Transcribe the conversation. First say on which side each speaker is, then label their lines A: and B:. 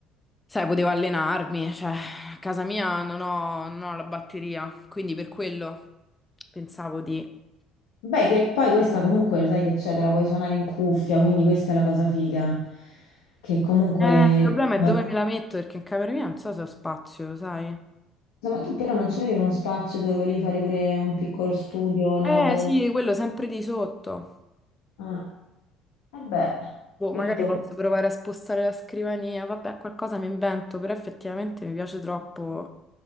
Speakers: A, on the left; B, on the left.
A: sai, potevo allenarmi, <laughs> cioè, a casa mia non ho, non ho la batteria, quindi per quello pensavo di...
B: Beh, che poi questa comunque lo sai che c'è, te la puoi suonare in cuffia, quindi questa è la cosa figa. Che comunque...
A: Eh, il problema è
B: Ma
A: dove me la metto, perché in camera mia non so se ho spazio, lo sai?
B: tu però non c'avevi uno spazio dove volevi fare pure un piccolo studio, una
A: Eh
B: roba del...
A: sì, quello sempre di sotto.
B: Ah, vabbè,
A: Boh,
B: perdono.
A: magari posso provare a spostare la scrivania, vabbè, qualcosa mi invento, però effettivamente mi piace troppo.